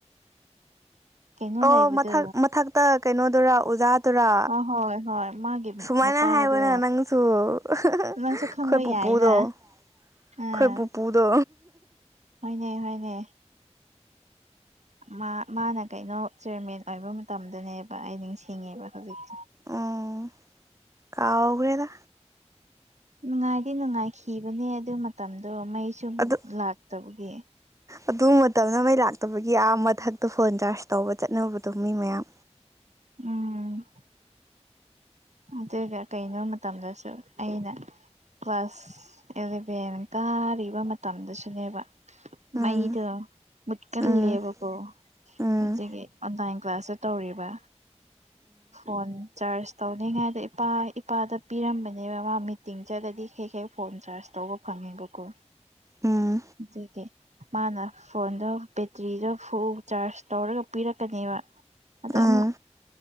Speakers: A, on the right; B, on the right.
A: ꯀꯩꯅꯣ
B: ꯑꯣ
A: ꯂꯩꯕꯗꯣ
B: ꯃꯊꯛ ꯃꯊꯛꯇ ꯀꯩꯅꯣꯗꯨꯔꯥ ꯑꯣꯖꯥꯗꯨꯔꯥ
A: ꯑ ꯍꯣꯏ ꯍꯣꯏ ꯃꯥꯒꯤ
B: ꯁꯨꯃꯥꯏꯅ
A: ꯃꯄꯥꯗꯣ
B: ꯍꯥꯏꯕꯅ ꯅꯪꯁꯨ ꯑꯩꯈꯣꯏ
A: ꯅꯪꯁꯨ ꯈꯪꯕ
B: ꯄꯨꯄꯨꯗꯣ
A: ꯌꯥꯏꯅ
B: ꯑꯩꯈꯣꯏ
A: ꯑꯥ
B: ꯄꯨꯄꯨꯗꯣ
A: ꯍꯣꯏꯅꯦ ꯍꯣꯏꯅꯦ ꯃꯥ ꯃꯥꯅ ꯀꯩꯅꯣ ꯆꯤꯌꯔꯃꯦꯟ ꯑꯣꯏꯕ ꯃꯇꯝꯗꯅꯦꯕ ꯑꯩ ꯅꯤꯡꯁꯤꯡꯉꯦꯕ ꯍꯧꯖꯤꯛꯁꯨ
B: ꯎꯝ ꯀꯥꯎꯈ꯭ꯔꯦꯗ
A: ꯅꯨꯡꯉꯥꯏꯗꯤ ꯅꯨꯡꯉꯥꯏꯈꯤꯕꯅꯦ ꯑꯗꯨ ꯃꯇꯝꯗꯣ ꯃꯩ ꯁꯨ
B: ꯑꯗꯨ
A: ꯂꯥꯛꯇꯕꯒꯤ
B: ꯑꯗꯨ ꯃꯇꯝꯗ ꯃꯩ ꯂꯥꯛꯇꯕꯒꯤ ꯑꯥ ꯃꯊꯛꯇ ꯐꯣꯟ ꯆꯥꯔꯖ ꯇꯧꯕ ꯆꯠꯅꯕꯗꯣ ꯃꯤ ꯃꯌꯥꯝ
A: ꯎꯝ ꯑꯗꯨꯒ ꯀꯩꯅꯣꯕ ꯃꯇꯝꯗꯁꯨ ꯑꯩꯅ ꯀ꯭ꯂꯥꯁ ꯑꯦꯂꯦꯕꯦꯟ ꯀꯥꯔꯤꯕ ꯃꯇꯝꯗꯁꯨꯅꯦꯕ
B: ꯎꯝ
A: ꯃꯩꯗꯣ ꯃꯨꯠꯀꯜꯂꯦꯕꯀꯣ
B: ꯎꯝ ꯎꯝ
A: ꯑꯁꯤꯒꯤ ꯑꯣꯟꯂꯥꯏꯟ ꯀ꯭ꯂꯥꯁꯁꯦ ꯇꯧꯔꯤꯕ ꯐꯣꯟ ꯆꯥꯖ ꯇꯧ ꯅꯤꯡꯉꯥꯏꯗꯣ ꯏꯄꯥ ꯏꯄꯥꯗ ꯄꯤꯔꯝꯕꯅꯦꯕ ꯃꯥ ꯃꯤꯇꯤꯡ ꯆꯠꯂꯗꯤ ꯍꯦꯛ ꯍꯦꯛ ꯐꯣꯟ ꯆꯥꯔꯖ ꯇꯧꯕ ꯐꯪꯉꯦꯕꯀꯣ
B: ꯎꯝ ꯎꯝ
A: ꯖꯦ ꯀꯦ ꯃꯥꯅ ꯐꯣꯟꯗꯣ ꯕꯦꯇ꯭ꯔꯤꯗꯣ ꯐꯨꯜ ꯆꯥꯔꯖ ꯇꯧꯔꯒ ꯄꯤꯔꯛꯀꯅꯦꯕ ꯑꯗꯣ
B: ꯎꯝ
A: ꯑꯃꯨꯛ